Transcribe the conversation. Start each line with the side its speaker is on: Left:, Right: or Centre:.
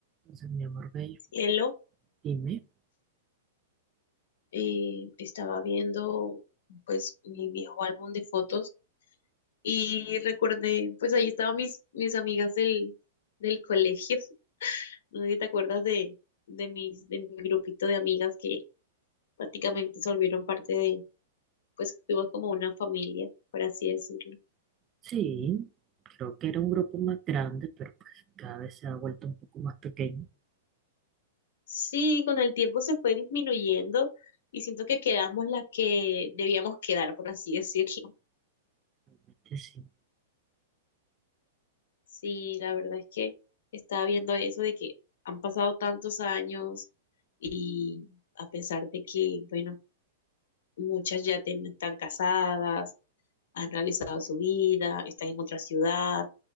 Right: Entonces, mi amor bello,
Left: cielo,
Right: dime,
Left: eh, estaba viendo pues mi viejo álbum de fotos y recordé, pues ahí estaban mis, mis amigas del, del colegio. <laughs> No sé si te acuerdas de, de mis, de mi grupito de amigas que prácticamente se volvieron parte de, pues fuimos como una familia, por así decirlo.
Right: sí, creo que era un grupo más grande, pero pues cada vez se ha vuelto un poco más pequeño.
Left: Sí, con el tiempo se fue disminuyendo y siento que quedamos las que debíamos quedar, por así <laughs> decirlo.
Right: Entonces, sí,
Left: Sí, la verdad es que estaba viendo eso de que han pasado tantos años y a pesar de que, bueno, muchas ya ten- están casadas, han realizado su vida, están en otra ciudad,